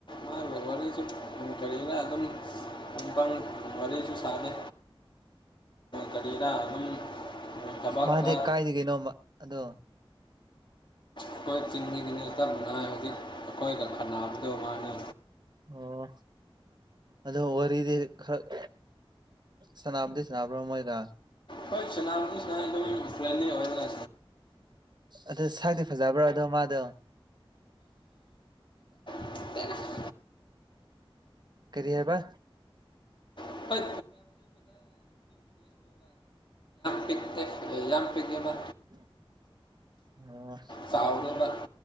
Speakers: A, on the left (about 55°); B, on the right (about 50°).
A: ꯃꯥꯒ ꯋꯥꯔꯤꯁꯨ ꯀꯔꯤꯔ ꯑꯗꯨꯝ ꯀꯪ ꯋꯥꯔꯤꯁꯨ ꯁꯥꯅꯦ ꯀꯔꯤꯗ ꯑꯗꯨꯝ ꯊꯕꯛꯇ
B: ꯃꯥꯗꯤ ꯀꯥꯏꯗꯗꯒꯤꯅꯣꯃꯥ ꯑꯗꯣ
A: ꯑꯩꯈꯣꯏ ꯆꯤꯡꯃꯤꯒꯤꯅꯤ ꯇꯞꯅ ꯍꯧꯖꯤꯛ ꯑꯩꯈꯣꯏꯒ ꯈꯅꯗꯨ ꯃꯥꯅꯤ
B: ꯑꯣ ꯑꯗꯣ ꯋꯥꯔꯤꯗꯤ ꯈꯔꯛ ꯁꯥꯅꯕꯥꯗꯤ ꯁꯥꯅꯕꯥꯔꯣ ꯃꯣꯏꯒꯥ
A: ꯍꯣꯏ ꯁꯅꯥꯕꯗꯤ ꯁꯥꯟꯅꯩ ꯑꯗꯨꯝ ꯐꯔꯦꯟꯂꯤ ꯑꯣꯏꯅ
B: ꯑꯗꯨ ꯁꯗꯤ ꯐꯖꯕ꯭ꯔꯣ ꯑꯗꯣ ꯃꯥꯗꯣ
A: <unintelligible>
B: ꯀꯔꯤ ꯍꯥꯏꯕ
A: <unintelligible> ꯂꯤꯂ ꯄꯤꯛꯇꯦ ꯍ ꯌꯥꯝꯝ ꯄꯤꯗꯕ
B: <inaudible> ꯑꯣ
A: ꯆꯥꯎꯥꯎꯒ